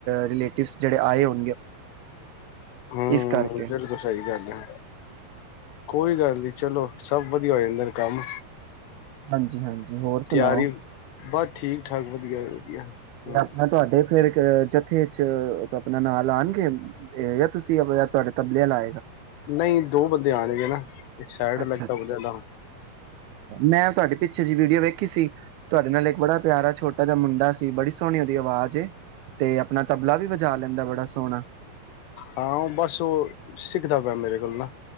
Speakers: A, on the right; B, on the left.
A: ਰਿਲੇਟਿਵਸ ਜਿਹਦੇ ਆਏ ਉ
B: ਹਮ
A: ਕਰਕੇ
B: ਬਿਲਕੁਲ ਸਹੀ ਗੱਲ ਆ ਕੋਈ ਗੱਲ ਨੀ। ਚਲੋ ਸਭ ਵਧੀਆ ਹੋ ਜਾਂਦਾ ਨੇ ਕੰਮ
A: ਹਾਂਜੀ ਹਾਂਜੀ ਹੋਰ ਸੁਣਾਓ
B: ਤਿਆਰੀ ਬਸ ਠੀਕ ਠਾਕ <unintelligible> <unintelligible>
A: ਤੇ ਆਪਣਾ ਤੁਹਾਡੇ ਫੇਰ ਜਥੇ ਚ ਆਪਣਾ ਨਾਲ ਆਣਗੇ ਜਾਂ ਤੁਸੀਂ ਤੁਹਾਡੇ ਤਬਲੇ ਆਲਾ
B: ਨਹੀਂ ਦੋ ਬੰਦੇ ਆਣਗੇ ਨਾ। <unintelligible>
A: ਅੱਛਾ ਅੱਛਾ ਮੈਂ ਤੁਹਾਡੀ ਪਿੱਛੇ ਜਿਹੀ ਵੀਡੀਓ ਵੇਖੀ ਸੀ। ਤੁਹਾਡੇ ਨਾਲ ਇੱਕ ਬੜਾ ਪਿਆਰਾ ਛੋਟਾ ਜਿਹਾ ਮੁੰਡਾ ਬੜੀ ਸੋਹਣੀ ਉਹਦੀ ਆਵਾਜ਼ ਏ ਤੇ ਆਪਣਾ ਤਬਲਾ ਵੀ ਵਜਾ ਲੈਂਦਾ ਬੜਾ ਸੋਹਣਾ।
B: ਹਾਂ ਉਹ ਬਸ ਉਹ ਸਿੱਖਦਾ ਪਿਆ ਮੇਰੇ ਕੋਲ ਨਾ।